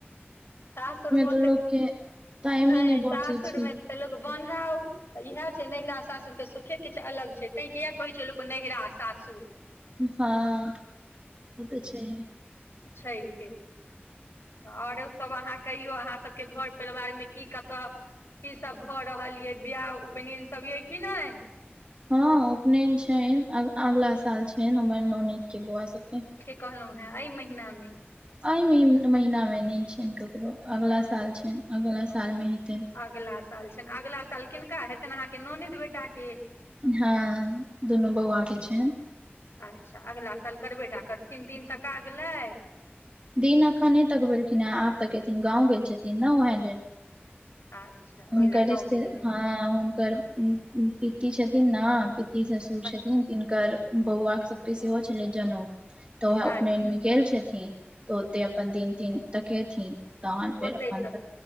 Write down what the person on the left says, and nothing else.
सासुर मे ओते
नै
सासुरमे
तऽ लोक बन्हाउ तऽ इहै छै नैहरा सासुर के सुखे किछु अलग छै तैं किया कहै छै लोक नैहरा आ सासुर
छै हे तऽ आओरो सभ अहाँ कहियौ अहाँ सभके घर परिवार में की कतऽ की सब भऽ रहल यै बियाह उपनयन सब ये की नै
कहलहुॅं हेँ ऐ महीना मे
अगिला साल छनि अगिला साल किनका हेतनि अहाँके ननैद बेटा के
अच्छा अगिला साल करबै टा करथिन दिन तका गेलै
अच्छा ओहि
लए
गाँव गेलखिन
अच्छा
अच्छा
ओते
त्